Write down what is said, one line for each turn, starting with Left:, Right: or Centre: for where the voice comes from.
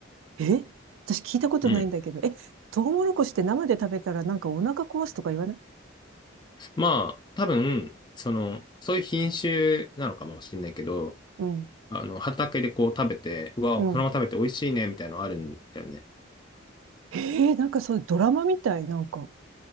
Right: え私聞いたことないんだけど。
Left: うん。
Right: え、トウモロコシって生で食べたらなんかお腹壊すとか言わない
Left: まあ、多分、その、そういう品種なのかもしれないけど、
Right: うん。
Left: あの、畑でこう食べて、うわ、
Right: うん。
Left: そのまま食べて美味しいね、みたいなのあるんだよね。
Right: えー、なんかそう、ドラマみたい、なんか。